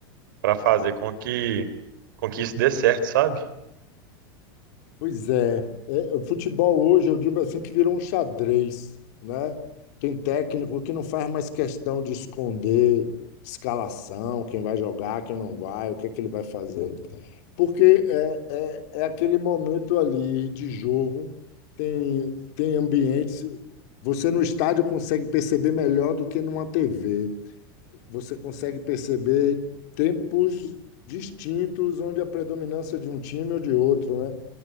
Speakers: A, on the right; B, on the left.
A: para fazer com que com que isso dê certo, sabe?
B: Pois é, é, o futebol hoje, eu digo assim, que virou um xadrez, né? Tem técnico que não faz mais questão de esconder escalação, quem vai jogar, quem não vai, o que é que ele vai fazer. porque é, é, é aquele momento ali de jogo, tem, tem ambientes. Você no estádio consegue perceber melhor do que numa TV. Você consegue perceber tempos distintos onde a predominância de um time ou de outro, né?